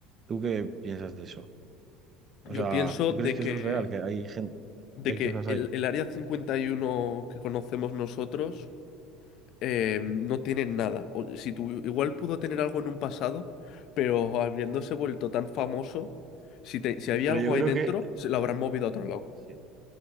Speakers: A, on the right; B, on the left.
A: ¿tú qué piensas de eso? O
B: Yo
A: sea,
B: pienso
A: ¿tú
B: de
A: crees que
B: que,
A: eso es real, que hay gente,
B: de
A: que hay
B: que
A: cosas
B: el,
A: ahí?
B: el área 51 que conocemos nosotros eh, no tienen nada. O, si tu- igual pudo tener algo en un pasado, pero habiéndose vuelto tan famoso, si, te- si había
A: Pero
B: algo
A: yo
B: ahí
A: creo
B: dentro,
A: que...
B: se lo habrán movido a otro lado.
A: Sí.